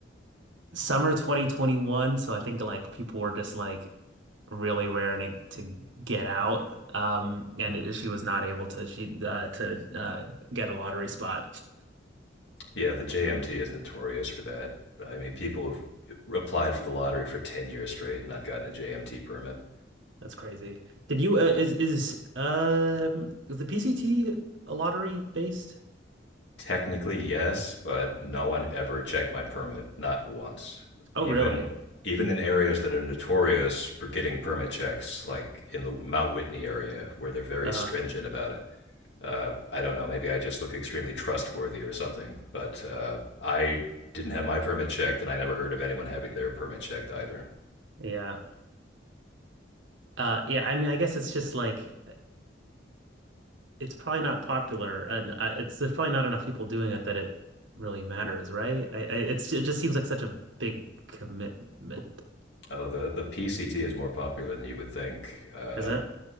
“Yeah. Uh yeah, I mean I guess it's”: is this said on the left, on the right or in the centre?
Right